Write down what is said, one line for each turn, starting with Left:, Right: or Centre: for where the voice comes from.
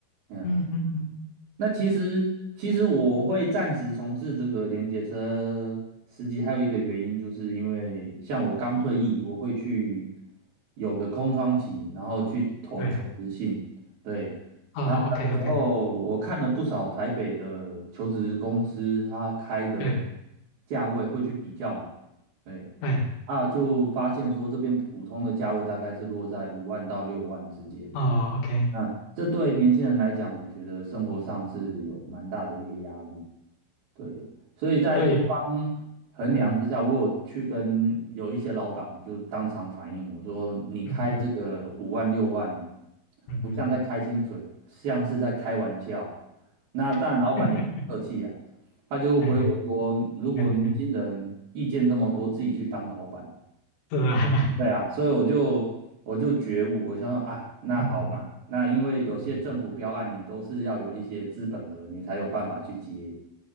Right: 哎呀
Left: 嗯嗯嗯，
Right: 那其实，其实我会暂时从事这个联结车司机，还有一个原因，就是因为像我刚退役，我会去有个空窗期，然后去投求职信。
Left: 对，
Right: 对啊，
Left: 哦，OK
Right: 那个时候我看了不少台北的求职公司，
Left: OK，
Right: 他开的
Left: 对
Right: 价位会去比较嘛。对
Left: 对，
Right: 啊，就发现说这边普通的价位大概是落在五万到六万之间。
Left: 哦，OK，
Right: 那这对年轻人来讲，我觉得生活上是有蛮大的一个压力。对，所以在多方衡量之下，
Left: 所以，嗯
Right: 我有去跟有一些老板，我就当场反映，我说你开这个五万六万，
Left: 嗯嗯嗯嗯，
Right: 不像在开薪水，像是在开玩笑。那当然，
Left: <laughs>
Right: 老板也很客气啊，
Left: 嗯
Right: 他就回我说，
Left: 嗯
Right: 如果年轻人意见这么多，
Left: 嗯嗯，
Right: 自己去当老板。
Left: 是吧？<laughs>
Right: 对啊，所以我就我就觉悟，我想说啊，那好嘛，
Left: 嗯嗯嗯
Right: 那因为有些政府标案你都是要有一些资本额，
Left: 嗯，
Right: 你才有办法去接。